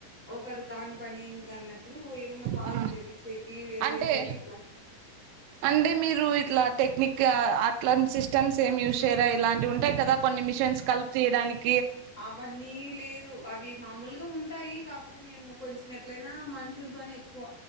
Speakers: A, on the left; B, on the right.
A: ఒకరు కాని పని గన్నప్ ఇప్పుడు ఏమన్నా పాల్
B: ఆ
A: చేయిచ్చేకి వేరు
B: అంటే
A: వేసాకి ఇట్లా
B: అంటే మీరు ఇట్లా టెక్నిక్ అట్లా సిస్టమ్స్ ఏం యూస్ చేయరా ఇలాంటివి ఉంటాయి కదా కొన్ని మిషన్స్ కల్ప్ తీయడానిక్
A: అవన్నీ లేదు అవి మామూలుగా ఉం ఈ కాకపోతే మేము కొంచెం ఎట్లైనా మనుషులతోనే వ